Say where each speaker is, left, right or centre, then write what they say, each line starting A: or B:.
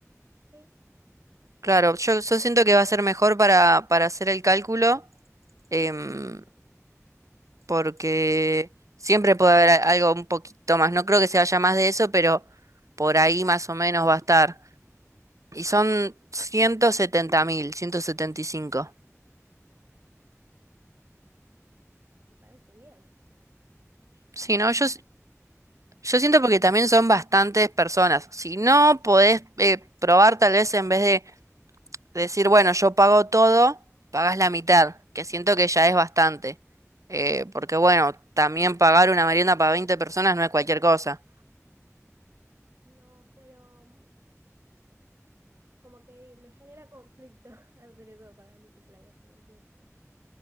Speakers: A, on the right; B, on the right.
A: sí,
B: Claro, yo, yo siento que va a ser mejor para, para hacer el cálculo, em, porque siempre puede haber a- algo un poquito más. No creo que se vaya más de eso, pero por ahí más o menos va a estar. Y son ciento ciento setenta setenta mil, ciento setenta y cinco.
A: me parece bien.
B: Sí,
A: Para...
B: no, yo, Yo siento porque también son bastantes personas. Si no podés eh, probar, tal vez en vez de decir, bueno, yo pago todo, pagás la mitad, que siento que ya es bastante. Eh, porque bueno, también pagar una merienda para 20 personas no es cualquier cosa.
A: No, pero mm, como que me genera conflicto <laughs> hacer eso para mi cumpleaños, como que...